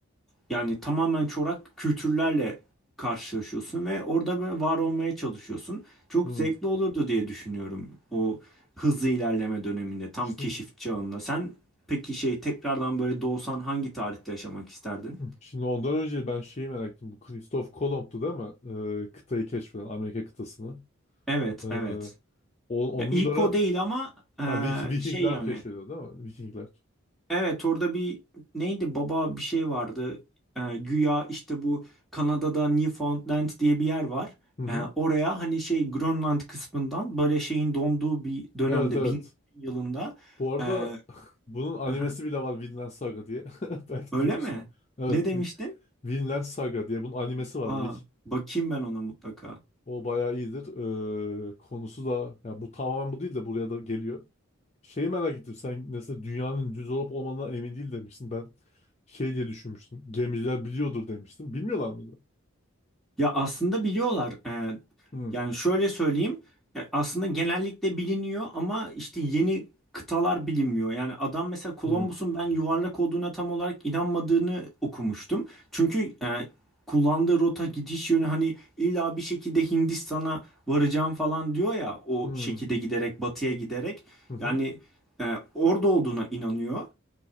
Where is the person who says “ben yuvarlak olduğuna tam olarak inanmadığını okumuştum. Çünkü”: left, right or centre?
Centre